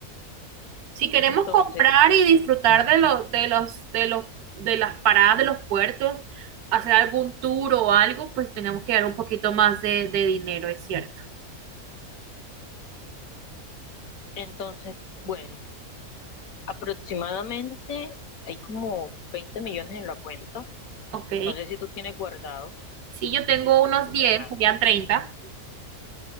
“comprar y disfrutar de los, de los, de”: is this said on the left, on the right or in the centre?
Right